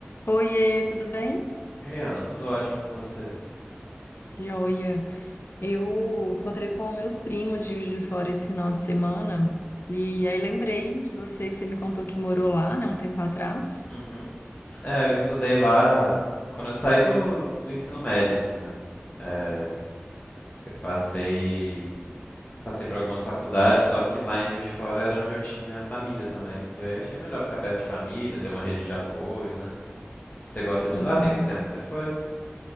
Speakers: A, on the left (about 60°); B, on the left (about 35°).
A: Oiê, tudo bem?
B: E aí, Ana, tudo ótimo com você?
A: Joia. Eu encontrei com meus primos de Juiz de Fora esse final de semana e aí lembrei de você que você me contou que morou lá, né, um tempo atrás.
B: Uhum. É, eu estudei lá quando eu saí do, do ensino médio, assim, né? É, eu passei passei por algumas faculdades, só que lá em Juiz de Fora era onde eu tinha família também. E aí eu achei melhor ficar perto de família, ter uma rede de apoio, né? Você gosta de
A: Uhum.
B: lá? Tem muito tempo que você foi?